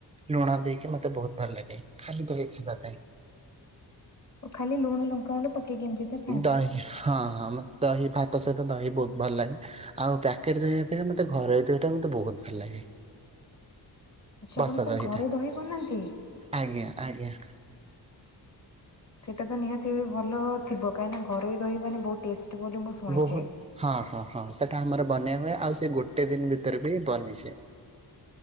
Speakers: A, on the right; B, on the left.
A: ଲୁଣ ଦେଇକି ମତେ ବୋହୁତ୍ ଭଲ ଲାଗେ। ଖାଲି ତ ଖାଇବା ପାଇଁ।
B: ଓ ଖାଲି ଲୁଣ ଲଙ୍କା ମୁଣ୍ଡ ପକେଇ କେମିତି ତ?
A: ଦହି ହଁ ହଁ ମେ ଦହି ଭାତ ସହିତ ଦହି ବୋହୁତ୍ ଭଲ ଲାଗେ। ଆଉ ପ୍ୟାକେଟ୍ ଦହି ଅପେକ୍ଷା ମତେ ଘରୋଇ ଦହି ଟା ମତେ ବହୁତ୍ ଭଲ ଲାଗେ।
B: <unintelligible> ଆଚ୍ଛା ଆପଣ
A: ବସଦ
B: ସାର୍ ଘରେ
A: ଏଇଟା,
B: ଦହି ବନାନ୍ତି?
A: ଆଜ୍ଞା ଆଜ୍ଞା।
B: ସେଇଟା ତ ନିହାତି ଭଲ ଥିବ କାହିଁକିନା ଘରେ ରହିବନି ବହୁତ୍ ଟେଷ୍ଟ ବୋଲି। ଶୁଣିଛି।
A: ବୋହୁତ୍ ହଁ ହଁ ହଁ, ସେଟା ଆମର ବନେଇ ହୁଏ ଆଉ ସେ ଗୋଟେ ଦିନ ଭିତରେ ବି ବନିଛେ।